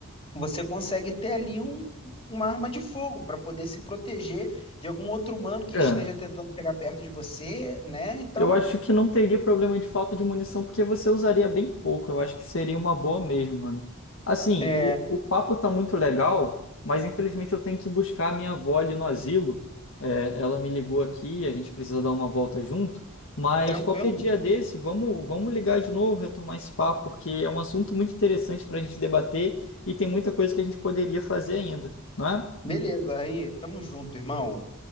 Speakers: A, on the left (about 25°); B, on the left (about 65°).
A: você consegue ter ali um- uma arma de fogo para poder se proteger de algum outro humano que
B: É.
A: esteja tentando chegar perto de você, né? Então,
B: Eu acho que não teria problema de falta de munição, porque você usaria bem pouco. Eu acho que seria uma boa mesmo, mano. Assim,
A: é
B: o, o papo tá muito legal, mas infelizmente eu tenho que buscar a minha avó ali no asilo. É, ela me ligou aqui, a gente precisa dar uma volta junto. Mas
A: tranquilo,
B: qualquer dia
A: mano.
B: desse, vamos, vamos ligar de novo, retomar esse papo, porque é um assunto muito interessante para a gente debater e tem muita coisa que a gente poderia fazer ainda, não é?
A: Beleza, aí, tamo junto, irmão.